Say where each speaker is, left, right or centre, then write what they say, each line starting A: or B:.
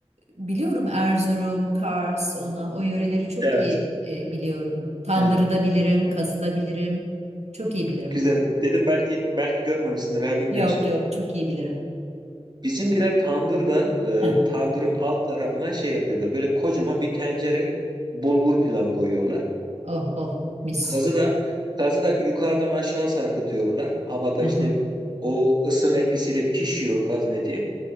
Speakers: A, on the right; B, on the right.
A: biliyorum Erzurum, Kars, ona o yöreleri çok
B: Evet.
A: iyi e, biliyorum. Tandırı
B: Evet.
A: da bilirim, kazı da bilirim. Çok iyi bilirim.
B: Güzel. Dedim belki belki görmemişsindir veya bilmiyorsun.
A: Yok yok çok iyi bilirim.
B: Bizimkiler tandırda e,
A: Heh.
B: tandırın alt tarafına şey yapıyorlar. Böyle kocaman bir tencere bulgur pilavı koyuyorlar.
A: Oh oh mis.
B: Kazı da kazı da yukarıdan aşağı sarkıtıyorlar. Havada
A: Hı
B: işte
A: hı.
B: o ısının etkisiyle pişiyor kazın eti.